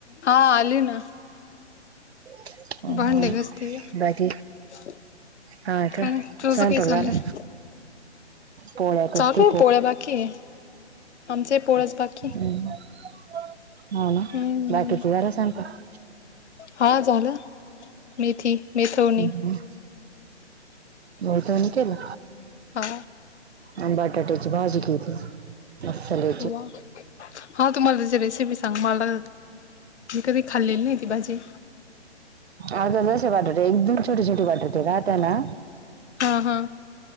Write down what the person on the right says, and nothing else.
<unintelligible> हम्म
बाकी हा का
स्वयंपाक
झाला? पोळ्या करते
हो ना
बाकीची झाला स्वयंपाक.
हम्म. पोळ्या तेन केला.
आम्ही बटाटूची भाजी केली. <unintelligible>
अग बटाटे एकदम छोट छोट बटाटे राहता ना